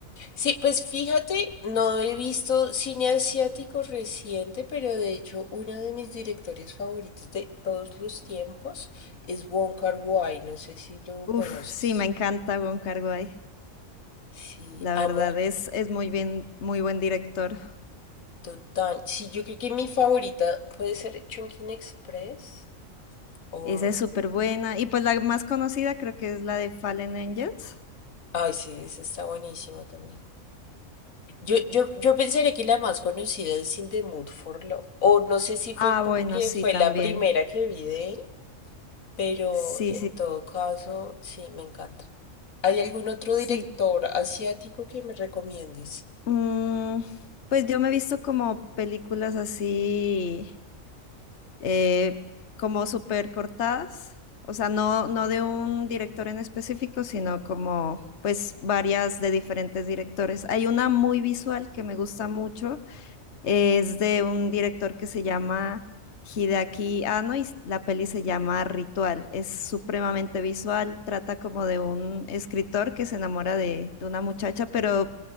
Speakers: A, on the left (about 85°); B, on the left (about 55°).
A: sí, pues fíjate, no he visto cine asiático reciente, pero de hecho uno de mis directores favoritos de todos los tiempos es Wong Kar-wai, no sé si lo conoces.
B: Uf, sí, me encanta Wong Kar-wai.
A: Sí,
B: La
A: amo
B: verdad es, es muy bien, muy buen director.
A: Total. Sí, yo creo que mi favorita puede ser Chungking Express o...
B: Esa es súper buena. Y pues la más conocida creo que es la de Fallen Angels.
A: Ay, sí, esa está buenísima también. Yo, yo, yo pensaría que la más conocida es In the Mood for Love. O no sé si fue
B: Ah,
A: porque
B: bueno, sí,
A: fue
B: también.
A: la primera que vi de él, pero
B: Sí,
A: en
B: sí,
A: todo caso, sí, me encanta. ¿Hay algún otro
B: sí.
A: director asiático que me recomiendes?
B: Mm, pues yo me he visto como películas así. eh, como súper cortadas, o sea, no, no de un director en específico, sino como pues varias de diferentes directores. Hay una muy visual que me gusta mucho, es de un director que se llama Hideaki Anno y la peli se llama Ritual. Es supremamente visual, trata como de un escritor que se enamora de, de una muchacha, pero